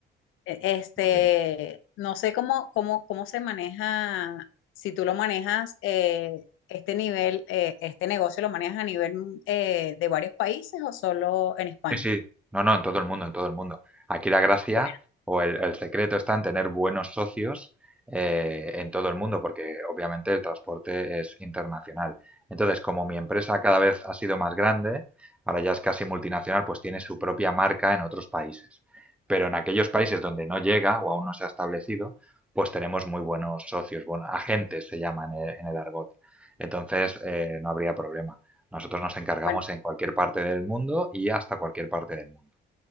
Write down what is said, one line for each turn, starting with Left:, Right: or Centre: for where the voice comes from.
Left: e- Este,
Centre: muy bien.
Left: no sé cómo, cómo, cómo se maneja, si tú lo manejas, eh, este nivel, eh, este negocio lo manejas a nivel eh, de varios países o solo en España.
Centre: Sí, sí, no, no, en todo el mundo, en todo el mundo. Aquí la gracia
Left: Bueno,
Centre: o el, el secreto está en tener buenos socios eh, en todo el mundo, porque obviamente el transporte es internacional. Entonces, como mi empresa cada vez ha sido más grande, ahora ya es casi multinacional, pues tiene su propia marca en otros países. Pero en aquellos países donde no llega o aún no se ha establecido, pues tenemos muy buenos socios, bueno, agentes se llaman en el, en el argot. Entonces, eh, no habría problema. Nosotros nos encargamos
Left: bueno,
Centre: en cualquier parte del mundo y hasta cualquier parte del mundo.